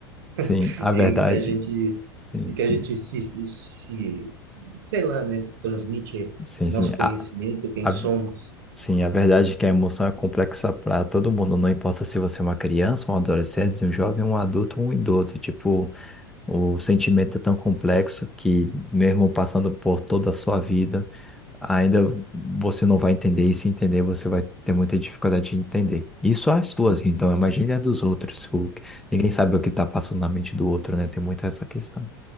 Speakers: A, in the centre; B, on the right.
A: sim,
B: <laughs>
A: a verdade.
B: em que a gente,
A: Sim,
B: em
A: sim.
B: que a gente se, se, sei lá, né, transmite
A: Sim,
B: nosso
A: sim.
B: conhecimento,
A: A,
B: quem
A: a,
B: somos.
A: Sim, a verdade é que a emoção é complexa para todo mundo, não importa se você é uma criança, um adolescente, um jovem, um adulto um idoso. Tipo, o sentimento é tão complexo que, mesmo passando por toda a sua vida, ainda você não vai entender, e se entender, você vai ter muita dificuldade de entender. Isso é as suas, então, imagine a dos outros. o- Ninguém sabe o que está passando na mente do outro, né? Tem muito essa questão.